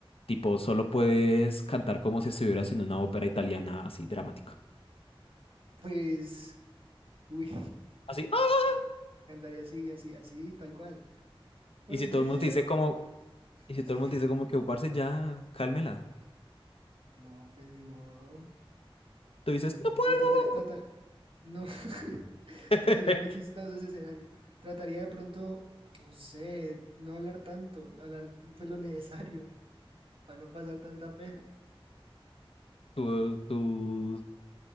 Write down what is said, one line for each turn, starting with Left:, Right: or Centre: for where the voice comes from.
Left: tipo, solo puedes cantar como si estuvieras en una ópera italiana así dramática?
Right: Pues, uy,
Left: Así. "Ah",
Right: ca- cantaría así, así, así, tal cual. Buenos
Left: Y si todo
Right: días.
Left: el mundo te dice como, y si
Right: Así.
Left: todo el mundo te dice como que "Oh, parce ya, cálmela.
Right: No, pues ni modo.
Left: Tú dices, no puedo.
Right: O trataría, tratar, no, <laughs> es
Left: <laughs>
Right: que sería muy chistoso ese escenario. Trataría de pronto, no sé, no hablar tanto, hablar pues lo necesario para no pasar tanta pena.
Left: Tú, tú,